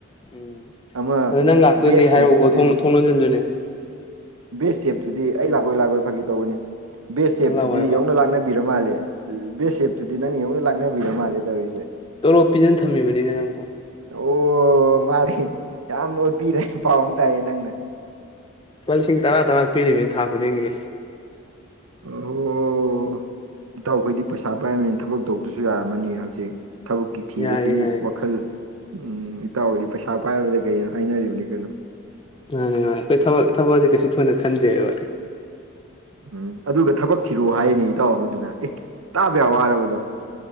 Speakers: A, on the left; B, on the right.
A: ꯎꯝ
B: ꯑꯃ
A: ꯗꯣ ꯅꯪ ꯂꯥꯛꯇꯣꯏꯗꯤ
B: ꯕꯦꯁ
A: ꯍꯥꯏꯔꯛꯎꯀꯣ
B: ꯁꯦꯞꯇꯨꯗꯤ
A: ꯊꯣꯡ ꯊꯣꯡ ꯂꯣꯟꯖꯤꯟꯗꯣꯏꯅꯦ
B: ꯕꯦꯁ ꯁꯦꯞꯇꯨꯗꯤ ꯑꯩ ꯂꯥꯛꯑꯣꯏ ꯂꯥꯛꯑꯣꯏ ꯐꯒꯤ ꯇꯧꯕꯅꯦ ꯕꯦꯁ
A: ꯅꯪ
B: ꯆꯦꯞꯇꯨꯗꯤ
A: ꯂꯥꯛꯑꯣꯏꯕ
B: ꯌꯧꯅ ꯂꯥꯛꯅꯕꯤꯔ ꯃꯥꯜꯂꯦ ꯕꯦꯁ ꯁꯦꯞꯇꯨꯗꯤ ꯅꯪꯅ ꯌꯧꯅ ꯂꯥꯛꯅꯕꯤꯔ ꯃꯥꯜꯂꯦ ꯇꯧꯔꯤꯁꯦ
A: ꯇꯣꯂꯣꯞ ꯄꯤꯗꯅ ꯊꯝꯃꯤꯕꯅꯤꯅꯦ ꯅꯪꯕꯣ
B: ꯑꯣ ꯃꯥꯗꯤ ꯌꯥꯝꯅ ꯑꯣꯠꯄꯤꯔꯦ ꯍꯥꯏꯕ ꯄꯥꯎ ꯑꯃ ꯇꯥꯏꯌꯦ ꯅꯪꯅ
A: ꯂꯨꯄꯥ ꯂꯤꯁꯤꯡ ꯇꯔꯥ ꯇꯔꯥ ꯄꯤꯔꯤꯅꯤ ꯊꯥ ꯈꯨꯗꯤꯡꯒꯤ
B: ꯑꯣꯍꯣ ꯏꯇꯥꯎꯈꯣꯏꯗꯤ ꯄꯩꯁꯥ ꯄꯥꯏꯕꯅꯤꯅ ꯊꯕꯛ ꯇꯧꯗꯁꯨ ꯌꯥꯔꯝꯃꯅꯤ ꯍꯧꯖꯤꯛ ꯊꯕꯛꯀꯤ ꯊꯤꯕꯒꯤ
A: ꯌꯥꯏꯌꯦ ꯌꯥꯏꯌꯦ
B: ꯋꯥꯈꯜ ꯎꯝ ꯏꯇꯥꯎꯗꯤ ꯄꯩꯁꯥ ꯄꯥꯏꯕꯗ ꯀꯩꯅꯣ ꯍꯥꯏꯅꯔꯤꯕꯅꯤ ꯀꯩꯅꯣ
A: ꯃꯥꯅꯦ ꯃꯥꯅꯤ ꯑꯩꯈꯣꯏ ꯊꯕꯛ ꯊꯕꯛꯁꯦ ꯀꯩꯁꯨ ꯊꯣꯏꯅ ꯈꯟꯗꯦꯕ
B: ꯎꯝ ꯑꯗꯨꯒ ꯊꯕꯛ ꯊꯤꯔꯛꯑꯣ ꯍꯥꯏꯅꯦ ꯏꯇꯥꯎ ꯑꯃꯗꯨꯅ ꯑꯦ ꯇꯥꯕ ꯌꯥꯕ ꯋꯥꯔꯕ ꯑꯗꯣ